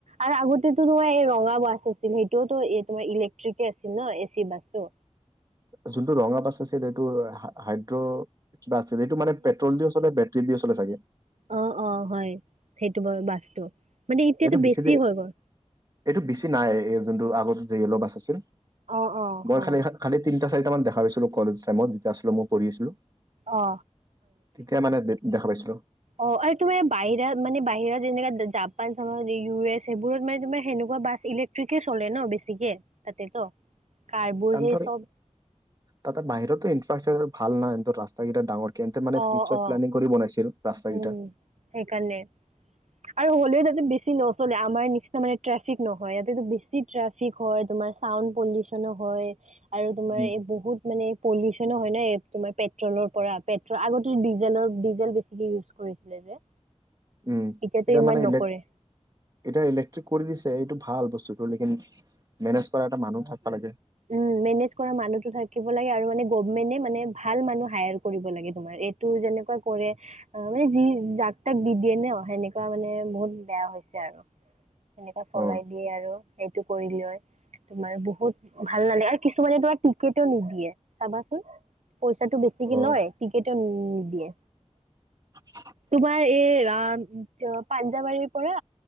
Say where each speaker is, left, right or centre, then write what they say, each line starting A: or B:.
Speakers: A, on the right; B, on the right.
A: আৰু আগতে তু তোমাৰ এই ৰঙা বাছ আছিল। সেইটোও এ তোমাৰ ইলেক- ট্ৰিকে আছিল ন এ চি বাছটো।
B: যোনটো ৰঙা বাছ আছিল এইটো হাইড্ৰ কিবা আছিল। সেইটো মানে পেট্ৰল দিওঁ চলে- চলে চাগে।
A: অঁ অঁ হয়, সেইটো বৰ বাছটো। মানে এতিয়াতো
B: এইটো বেছি,
A: হৈ গ'ল
B: এইটো বেছি নাই, এই যোনটো আগত যে য়ল' বাছ আছিল।
A: অ অ
B: মই
A: হয়
B: খালি খালি তিনিটা চাৰিটা মান দেখা পাইছিলো কলেজ টাইমত যেতিয়া আছিলে মই পঢ়ি আছিলো।
A: অ
B: তেতিয়া মানে দে দেখা পাইছিলোঁ।
A: অঁ আৰু তোমাৰ বাহিৰত মানে বাহিৰত যেনেকা জাপান চাব, ইউ এছ সেইবোৰত মানে তোমাৰ সেনেকুৱা বাছ ইলে- কট্ৰিকে চলে ন বেছি কে তাতেতো। কাৰবোৰ
B: তহাতৰ
A: সেই চব
B: তাতে বাহিৰতো ইনফ্ৰাষ্ট্ৰাকচাৰ ভাল নাইৰ ৰাস্তা কেইটা ডাঙৰ কেন্তে মানে
A: অ
B: ফিউচাৰ
A: অ
B: প্লেলিং কৰি বনাইছিল ৰাস্তা
A: উম
B: কেইটা
A: সেইকাৰণে আৰু হ'লেও তাতে বেছি নচলে আমাৰ নিচিনা মানে ট্ৰেফিক নহয় ইয়াতে ব কি ট্ৰেফিক হয় তোমাৰ চাউণ্ড পলিউচনো হয় আৰু তোমাৰ
B: উম
A: এই বহুত মানে পলিউচনো হয় নে তোমাৰ পেট্ৰলৰ পৰা পেট্ৰল আগতে ডিজেলৰ ডিজেল বেছি ই ইউজ কৰি পেলে যে
B: উম
A: এতিয়াতো
B: এতিয়া
A: ইমান
B: মানে ইলে
A: নকৰে
B: এতিয়া ইলেক্ট্ৰিক কৰি দিছে এইটো ভাল বস্তুটো লেকিন মেনেজ কৰা এটা মানুহ থাকিব লাগে
A: উম মেনেজ কৰা মানুহটো থাকিব লাগে আৰু মানে গভমেন্টে মানে ভাল মানুহ হায়াৰ কৰিব লাগে তোমাৰ এই টো যেনেকুৱা কৰে অহ মানে যি যাক তাক দি দিয়ে নে সেনেকুৱা মানে বহুত বেয়া হৈছে আৰু সেনেকা চলাই
B: অ
A: দিয়ে আৰু সেইটো কৰি লৈ তোমাৰ বহুত ভাল নালাগে আৰু কিছুমানে তোমাৰ টিকেও নিদিয়ে চাবাচোন পইচাটো বেছিকে
B: উম
A: লয় টিকেটোও নি দিয়ে
B: হয় <unintelligible>
A: তোমাৰ এই আহ পাঞ্জাৱাৰীৰ পৰা